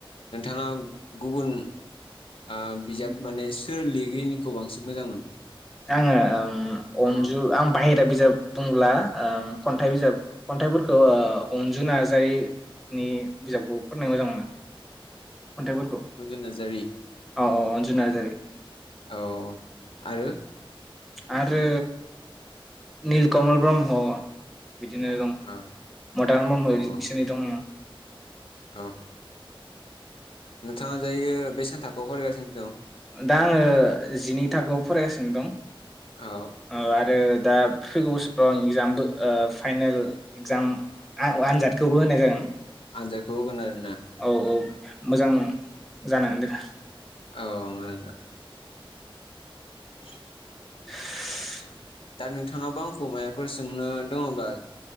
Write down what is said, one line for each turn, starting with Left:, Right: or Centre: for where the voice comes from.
Left: नोंथाङा गुबुन ओ बिजाब
Centre: उम
Left: माने सोर लिरगिरिनिखौ बांसिन मोजां मोनो?
Centre: आङो ओम अनजु
Left: औ
Centre: आं बाहेरा बिजाब बुङोब्ला ओ खन्थाइ बिजाब
Left: औ
Centre: खन्थाइफोर ओह अनजु नार्जारि नि बिजाबखौ फरायनो मोजां मोनो। खन्थाइफोरखौ
Left: अजुन नार्जारि
Centre: औ औ अनजु नार्जारि
Left: औ आरो
Centre: आरो नीलकमल ब्रह्म बिदिनो दं
Left: औ
Centre: मदाराम ब्रह्म बिसोरनि
Left: औ
Centre: दङ
Left: औ नोंथाङा दायो बेसेबां थाखौआव फरायगासिनो दं
Centre: दा आङो जिनै थाखोआव फरायगासिनो दं
Left: औ
Centre: औ आरो दा फैगौ बोसोराव आं इगजामबो फाइनेल इगजाम आव आनजादखौबो होनाय जागोन
Left: आनजाद होगोन आरो
Centre: औ औ मोजां जानांदों
Left: औ मोजां दा <inaudible>
Centre: <inaudible>
Left: दा नोंथाङाबो आंखौ माबाफोर सोंनो दङ बा